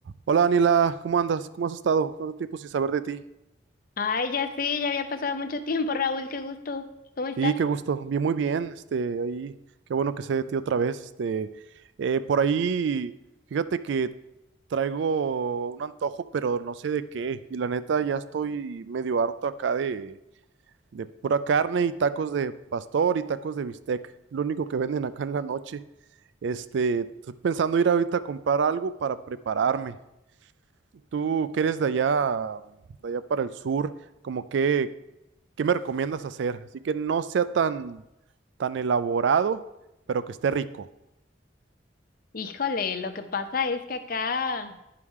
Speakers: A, on the right (about 65°); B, on the left (about 45°).
A: Hola Daniela, ¿cómo andas? ¿Cómo has estado? Tanto tiempo sin saber de ti.
B: Ay, ya sé, ya había pasado mucho tiempo, Raúl, qué gusto. ¿Cómo estás?
A: Sí, qué gusto. Bien, muy bien. Este, ahí, qué bueno que sé de ti otra vez. Este, eh, por ahí, fíjate que traigo un antojo, pero no sé de qué. Y la neta, ya estoy medio harto acá de, de pura carne y tacos de pastor y tacos de bistec. Lo único que venden acá en la noche. Este, estoy pensando ir ahorita a comprar algo para prepararme. Tú que eres de allá, de allá para el sur, como que, ¿qué me recomiendas hacer? Así que no sea tan, tan elaborado, pero que esté rico.
B: Híjole, lo que pasa es que acá,